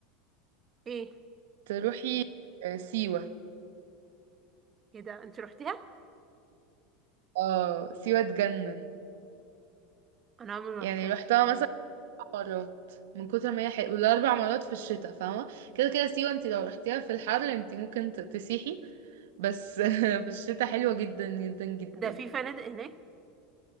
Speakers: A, on the right; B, on the right.
A: ايه
B: تروحي آه، سيوة
A: ايه ده انت روحتيها
B: اه سيوة تجنن
A: انا عمري ما
B: يعني
A: روحتها
B: رحتها مثلا اربع مرات من كتر ما هي حلوه والاربع مرات في الشتاء فاهمه كده كده سيوة انت لو رحتيها في الحر انت ممكن ت- تسيحي بس <laughs> في الشتاء حلوه جدا جدا جدا
A: ده في فنادق هناك